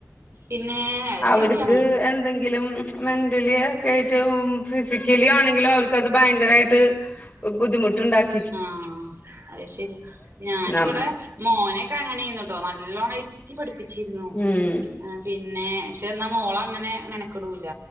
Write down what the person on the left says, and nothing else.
അവർക്ക്
എന്തെങ്കിലും മെന്റലി ഒക്കെ ആയിട്ടും ഫിസിക്കലി ആണെങ്കിലും അവർക്കത് ഭയങ്കരായിട്ട് ബുദ്ധിമുട്ടുണ്ടാക്കി
നമ്മ
ഉം